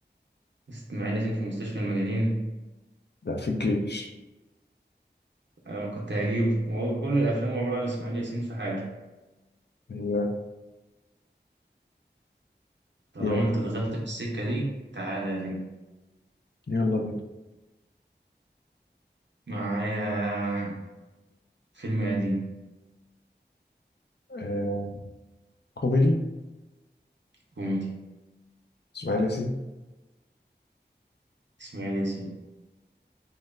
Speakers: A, on the right (about 80°); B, on the left (about 70°).
A: إسماعيل ياسين في مستشفى المجانين
B: لا في الجيش
A: أنا ما كنت هجيب وهو كل الأفلام عبارة عن إسماعيل ياسين في حاجة
B: ايوه
A: طالما
B: يلا
A: أنت دخلت في السكة دي تعالى يا نجم
B: يلا بينا
A: معايا فيلم قديم
B: آه كوميدي
A: كوميدي
B: اسماعيل ياسين
A: إسماعيل ياسين